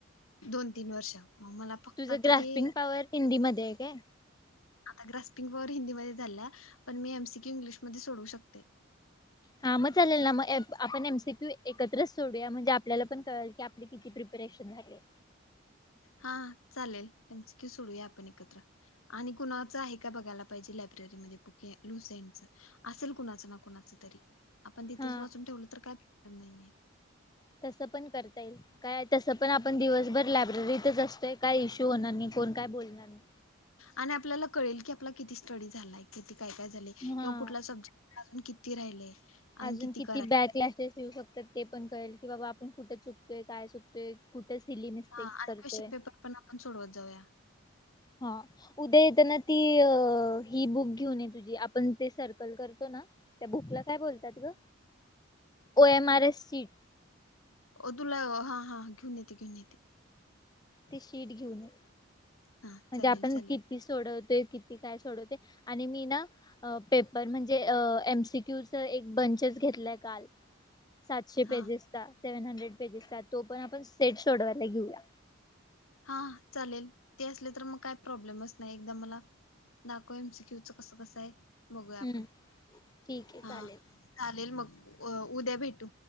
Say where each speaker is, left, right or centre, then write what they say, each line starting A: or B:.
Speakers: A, on the left (about 85°); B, on the left (about 20°).
A: दोन तीन वर्ष मला... फक्त
B: तुझं
A: आता
B: ग्रास्पिंग
A: ते
B: पॉवर हिंदीमध्ये आहे काय?
A: आता ग्रास्पिंग वर हिंदीमध्येध्ये झाला पण मी एमसी क्यू इंग्लिशमध्येध्ये सोडवू शकते.
B: हा मग चालेल ना मग आपण एमसीप्यू एकत्रच सोडूया म्हणजे आपल्याला पण कळल की. किती प्रिपरेशन झा-
A: हा चालेल एमसीक्यू सोडवूया आपण एकत्र. आणि कुणाचं आहे का बघायला पाहिजे लायब्ररीमध्ये बुके लुसेंटच. असेल कुणाचं ना कुणाचं तरी आपण तिथेच
B: हा
A: वाचून ठेवलं तर काही प्रॉब्लेम नाहीये.
B: तसं पण करता येईल. काय तसं पण आपण दिवसभर लायब्ररीतच असतोय काय इशू होणार नाही कोण काय बोलणार नाही.
A: आणि आपल्याला कळेल की आपला किती स्टडी झालाय किती काय झाले
B: हा.
A: किंवा सब्जेक्ट- अजून किती राहिले. आणि
B: अजून किती
A: करायचं
B: बॅक लॅसेस येऊ शकतात पण कळेल की बाबा आपण कुठे चुकतोय काय चुकतोय. कुठे सिली मिस्टेक्स
A: हा आणि
B: करते.
A: क्वेश्चन पेपर पण सोडवत जाऊया.
B: हा. उद्या येेतना ती ही बुक घेऊन ये तुझी आपण ते सर्कल करतो ना. त्या बुकला काय बोलतात ग O M R S C-
A: अ तुला हा हा घेऊन येते घेऊन येते.
B: ते शीट घेऊन ये-
A: हा
B: म्हणजे
A: चालेल
B: आपण
A: चालेल
B: किती सोडवतो किती काय सोडवते आणि मी ना- अ पेपर म्हणजे अ एमसीक्यूच एक बंचच घेतलंय काल- सातशे
A: हा
B: पेजेसचा सेव्हन हंड्रेड पेजेसचा तो पण आपण सेट शोडयला घेऊया.
A: हा चालेल ते असले तर मग काय प्रॉब्लेमच नाही एकदा मला. दाखव एमसीक्यूचं कस आहे बघूया आपण
B: हम्म ठीक आहे
A: हा.
B: चालेल
A: चालेल मग उ उद्या भेटू